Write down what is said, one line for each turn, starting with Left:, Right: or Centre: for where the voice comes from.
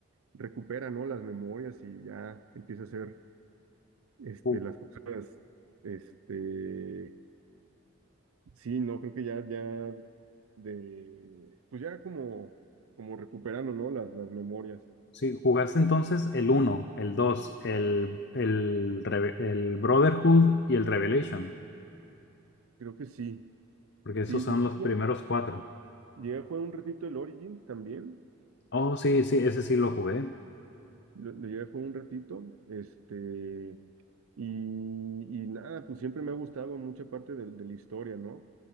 Right: recupera, ¿no? Las memorias y ya empieza a hacer, este,
Left: Ju-
Right: las cosas, este, sí, no, creo que ya, ya de, pues ya como, como recuperando, ¿no? Las, las memorias.
Left: sí, jugaste entonces el uno, el 2, el, el, Reve- el Brotherhood y el Revelation.
Right: Creo que sí.
Left: Porque esos
Right: Sí,
Left: son
Right: llegué,
Left: los primeros cuatro.
Right: llegué a jugar un ratito el Origins también.
Left: Oh, sí, sí, ese sí lo jugué.
Right: Lo, lo llevé por un ratito, este, y, y nada, pues siempre me ha gustado mucha parte del- de, la historia, ¿no?